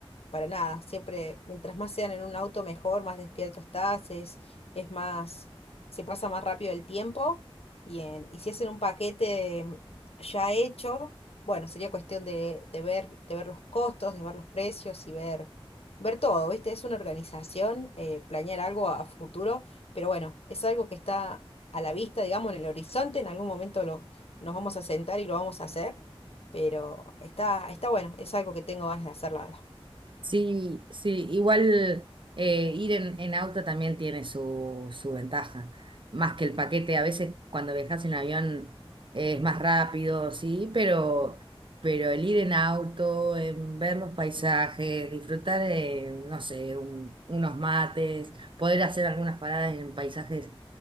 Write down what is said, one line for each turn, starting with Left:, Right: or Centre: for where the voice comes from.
Left: para nada. Siempre, mientras más sean en un auto, mejor, más despierto estás, es, es más, se pasa más rápido el tiempo. Y, en, y si es en un paquete ya hecho, bueno, sería cuestión de, de ver, de ver los costos, de ver los precios y ver, ver todo, ¿viste? Es una organización, eh, planear algo a futuro, pero bueno, es algo que está a la vista, digamos, en el horizonte, en algún momento lo, nos vamos a sentar y lo vamos a hacer. Pero está, está bueno, es algo que tengo ganas de hacer, la verdad.
Right: Sí, sí, igual eh, ir en, en auto también tiene su, su ventaja, más que el paquete, a veces cuando viajas en avión eh, es más rápido, sí, pero, pero el ir en auto, en ver los paisajes, disfrutar, eh, no sé, un- unos mates, poder hacer algunas paradas en paisajes